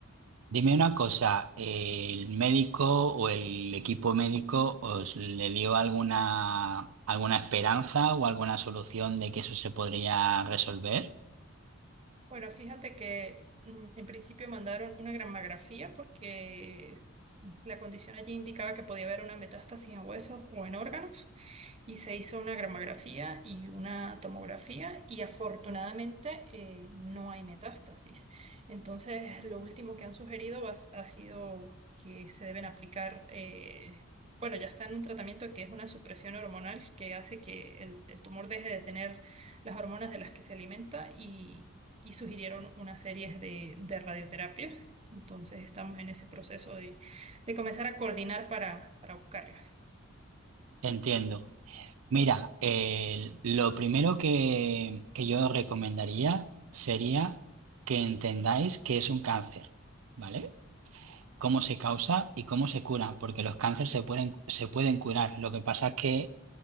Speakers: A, on the right; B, on the right.
A: Dime una cosa, eh, ¿el médico o el equipo médico os le dio alguna, alguna esperanza o alguna solución de que eso se podría resolver?
B: Bueno, fíjate que mm, en principio mandaron una gramografía porque la condición allí indicaba que podía haber una metástasis en huesos o en órganos. y se hizo una gramografía y una tomografía y afortunadamente eh, no hay metástasis. Entonces, lo último que han sugerido ha, ha sido que se deben aplicar, eh, bueno, ya está en un tratamiento que es una supresión hormonal que hace que el, el tumor deje de tener las hormonas de las que se alimenta y, y sugirieron una serie de, de radioterapias. Entonces estamos en ese proceso de, de comenzar a coordinar para, para buscarlas.
A: Entiendo. Mira, el- lo primero que, que yo recomendaría sería que entendáis que es un cáncer, ¿vale? cómo se causa y cómo se cura, porque los cánceres se pueden, se pueden curar. Lo que pasa es que